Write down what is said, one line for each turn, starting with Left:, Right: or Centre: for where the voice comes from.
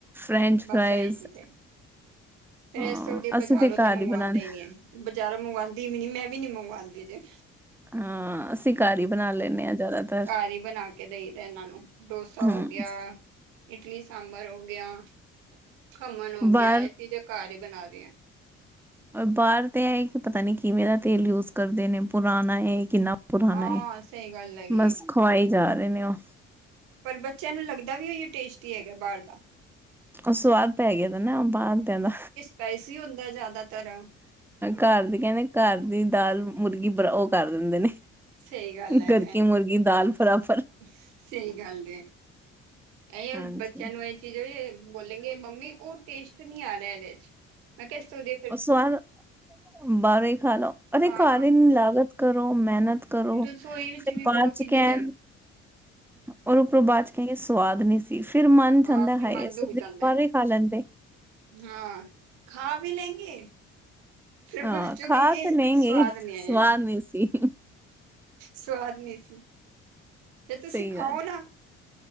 Centre: ਫਰੈਂਚ
Right: ਬਸ
Centre: ਫਰਾਈਜ਼
Right: ਇਹਹੀ ਚੀਜ਼ ਹੈ ਫੇਿਰ
Centre: ਹਾਂ
Right: ਇਸ ਬਾਜ਼ਾਰੋਂ
Centre: ਅਸੀਂ
Right: ਤੇ
Centre: ਘਰ
Right: ਮੰਗਵਾਉਂਦਾ
Centre: ਬਣਾਦੇ
Right: ਹੀ ਨੀ ਹੈ ਬਜ਼ਾਰੋਂ ਮੰਗਵਾਉਂਦੀ ਵੀ ਨੀ ਮੈਂ ਵੀ ਨੀ ਮੰਗਵਾਉਂਦੀਜੇ
Centre: ਹਾਂ ਅਸੀਂ ਘਰ ਹਾਰੀ ਬਣਾ ਲੈਂਦੇ ਹਾਂ ਜ਼ਿਆਦਾਤਰ
Right: ਘਾਰੀ ਬਣਾ ਕੇ ਦੇਈ ਦਾ ਇਹਨਾਂ ਨੂੰ ਡੋਸਾ
Centre: ਹੂੰ
Right: ਹੋ ਗਿਆ ਇਡਲੀ ਸਾਂਬਰ ਹੋ ਗਿਆ ਖਮਣ ਹੋ
Centre: ਬਾਹਰ
Right: ਗਿਆ ਇਹ ਚੀਜ਼ਾਂ ਘਰ ਹੀ ਬਣਾ ਦੇਆਂ
Centre: ਬਾਹਰ ਤਾਂ ਇਹ ਕਿ ਪਤਾ ਨੀ ਕਿਵੇਂ ਦਾ ਤੇਲ ਯੂਜ ਕਰਦੇ ਨੇ ਪੁਰਾਣਾ ਹੈ ਕਿੰਨਾ ਪੁਰਾਣਾ
Right: ਹਾਂ
Centre: ਏ
Right: ਸਹੀ ਗੱਲ ਹੈਗੀ
Centre: ਬਸ
Right: ਏ
Centre: ਖਵਾਈ ਜਾ ਰਹੇ ਨੇ ਉਹ
Right: ਪਰ ਬੱਚਿਆਂ ਨੂੰ ਲੱਗਦਾ ਵੀ ਉਹੀ ਟੇਸਟੀ ਹੈਗਾ ਬਾਹਰ ਦਾ
Centre: ਉਹ ਸਵਾਦ ਪੈ ਗਿਆ ਤਾਂ ਨਾ ਬਾਹਰਦਿਆਂ ਦਾ
Right: ਪੈਸੀ ਹੀ ਹੁੰਦਾ ਜ਼ਿਆਦਾਤਰ
Centre: ਘਰ ਦੀ ਕਹਿੰਦੇ ਘਰ ਦੀ ਦਾਲ ਮੁਰਗੀ ਬ ਉਹ ਕਰ ਦਿੰਦੇ ਨੇ
Right: ਸਹੀ ਗੱਲ ਹੈਗਾ
Centre: ਘਰ ਕੀ ਮੁਰਗੀ ਦਾਲ ਬਰਾਬਰ
Right: ਸਹੀ ਗੱਲ ਹੈ ਇਹ
Centre: ਹਾਂਜੀ
Right: ਬੱਚਿਆਂ ਨੂੰ ਇਹ ਚੀਜ਼ ਬੋਲ ਗ ਮੰਮੀ ਉਹ ਟੇਸਟ ਨਹੀਂੀ ਆ ਰਿਹਾ ਇਹਦੇ ਚ ਮੈਂ ਕਿਹਾ ਦੇ
Centre: ਸਵਾਦ ਬਾਹਾਰੇ ਹੀ ਖਾ ਲਓ ਅਰੇ
Right: ਹਾਂ
Centre: ਕਾਰੀ ਲਾਗਤ ਕਰੋ ਮਿਹਨਤ ਕਰੋ
Right: ਰਸੋਈ ਵਿੱਚ
Centre: ਫਿਰ
Right: ਵੀ ਬੋਲੋ
Centre: ਬਾਅਦ
Right: ਕਿੰਨੀ
Centre: ਚ ਕਹਿਣ
Right: ਦੇਰ
Centre: ਔਰ ਉਪਰੋਂ ਬਾਅਦ ਚ ਕਹਿੰਦੇ ਸਵਾਦ ਨੀ ਸੀ ਫਿਰ ਮਨ
Right: ਹਾਂ
Centre: ਜਾਂਦਾ ਹੈ
Right: ਫਿਰ
Centre: ਹਾਈ
Right: ਮਨ
Centre: ਅਸੀ
Right: ਦੁੱਖ ਜਾਂਦਾ
Centre: ਬਾਹਰ ਹੀ ਖਾ ਲੈਂਦੇ
Right: ਹਾਂ ਖਾ ਵੀ ਲੈਂਗੇ ਫਿਰ
Centre: ਹਾਂ
Right: ਬਸ ਚੋਂ
Centre: ਖਾ
Right: ਕਹਿੰਗੇ
Centre: ਤੇ ਲੈਂਗੇ
Right: ਸਵਾਦ
Centre: ਹੀ
Right: ਨ ਆਇਆ
Centre: ਸਵਾਦ ਨਹੀਂ ਸੀ
Right: ਸਵਾਦ ਨਹੀਂੀ ਸੀ ਫੇ ਤੁਸੀਂ
Centre: ਸਹੀ
Right: ਖਾਓ
Centre: ਗੱਲ
Right: ਨਾ